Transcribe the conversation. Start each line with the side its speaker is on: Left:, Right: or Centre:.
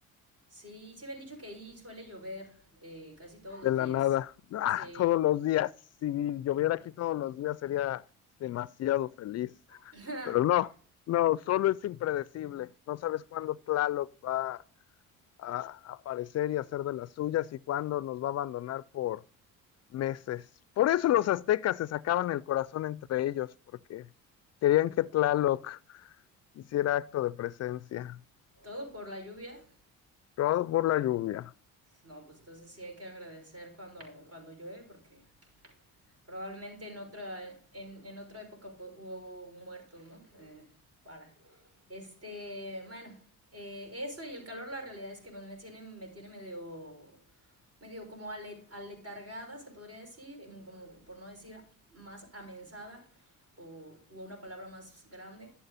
Right: Sí, sí me han dicho que ahí suele llover eh, casi todos los
Left: de la
Right: días.
Left: nada. Ah,
Right: Sí.
Left: todos los días. Si lloviera aquí todos los días sería demasiado feliz.
Right: <laughs>
Left: Pero no, no, solo es impredecible. No sabes cuándo Tlaloc va a aparecer y hacer de las suyas y cuándo nos va a abandonar por meses. Por eso los aztecas se sacaban el corazón entre ellos, porque querían que Tlaloc Hiciera acto de presencia,
Right: Todo por la lluvia.
Left: robado por la lluvia.
Right: No, pues entonces sí hay que agradecer cuando, cuando llueve porque probablemente en otra, en, en otra época hubo un muerto, ¿no? Eh, para. Este, bueno, eh, eso y el calor, la realidad es que bueno, me tiene, me tiene medio, medio como alet, aletargada, se podría decir, em, como por no decir más amensada o, o una palabra más grande.